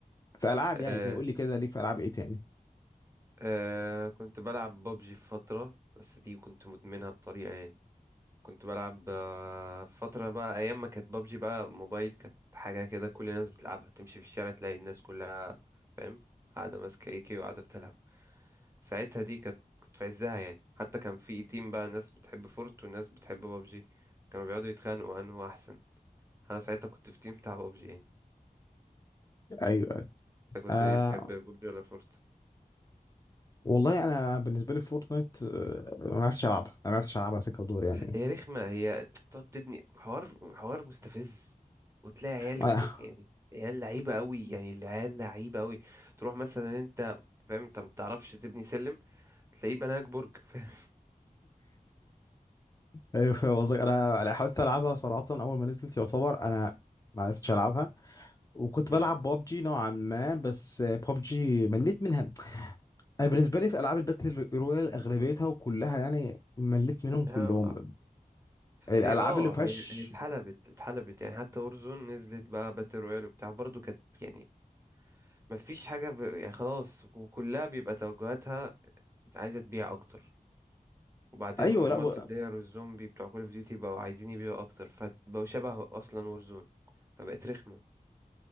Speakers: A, on the left; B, on the right.
A: في العاب
B: آه
A: يعني تاني قول لي كده ليك في العاب ايه تاني
B: آه كنت بلعب ببجي في فترة بس دي كنت مدمنها بطريقة يعني كنت بلعب آه، فترة بقى أيام ما كانت بابجي بقى موبايل كانت حاجة كده كل الناس بتلعبها تمشي في الشارع تلاقي الناس كلها فاهم قاعدة ماسكة ايكي وقاعدة بتلعب ساعتها دي كانت كانت في عزها يعني حتى كان في تيم بقى ناس بتحب فورت وناس بتحب بابجي كانوا بيقعدوا يتخانقوا أنه أحسن أنا ساعتها كنت في تيم بتاع بابجي يعني
A: ايوه أيوة.
B: أنت كنت
A: آه
B: ايه بتحب بابجي ولا فورت؟
A: والله انا بالنسبه لي فورتنايت آه ما عرفتش العبها أنا ما عرفتش العبها سكه ودور يعني
B: هي رخمة هي بتقعد تبني حوار حوار مستفز وتلاقي عيال
A: <laughs> انا
B: صوت يعني عيال لعيبة قوي يعني العيال لعيبة قوي تروح مثلا انت فاهم انت ما بتعرفش تبني سلم تلاقيه بناك برج <laughs> فاهم
A: ايوه فاهم قصدك انا أنا حاولت العبها صراحه اول ما نزلت يعتبر انا ما عرفتش العبها وكنت
B: مم.
A: بلعب بابجي نوعا ما بس بابجي مليت منها انا بالنسبه لي في العاب الباتل رويال اغلبيتها وكلها يعني مليت منهم كلهم
B: هي
A: الالعاب
B: هي اه
A: اللي فيهاش
B: هي هي اتحلبت اتحلبت يعني حتى اورزون نزلت بقى باتل رويال وبتاع برضو كانت يعني ما فيش حاجة ب... يعني خلاص وكلها بيبقى توجهاتها عايزة تبيع اكتر وبعدين
A: ايوه
B: مالتي
A: لا و-
B: بلاير والزومبي بتوع كول اوف ديوتي بقوا عايزين يبيعوا اكتر فبقوا شبه اصلا وورزون فبقت رخمه